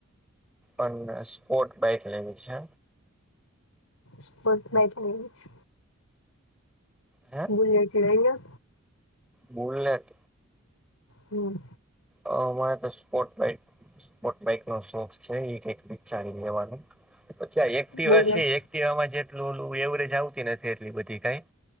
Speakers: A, in the centre; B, on the left.
A: પણ સ્પોર્ટ બાઈક લેવી છે.
B: સ્પોર્ટ બાઇક લેવી છે,
A: હે
B: બુલેટ લેયલ્યો.
A: બુલેટ
B: હમ્મ.
A: અ મારે તો સ્પોર્ટ બાઇક સ્પોર્ટ બાઈક નો શોખ છે ઈ કઇક વિચારીને લેવાનું. પછી આ એક્ટિવા
B: બુલેટ
A: છે એક્ટિવામાં જેટલું ઓલુ એવરેજ આવતી નથી એટલી બધી કાંઈ.